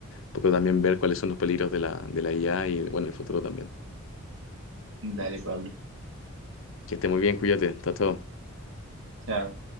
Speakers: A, on the left; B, on the right.
A: poco también ver cuáles son los peligros de la, de la IA y bueno, el futuro también.
B: Dale, Pablo.
A: Que esté muy bien, cuídate, hasta todo.
B: Chao.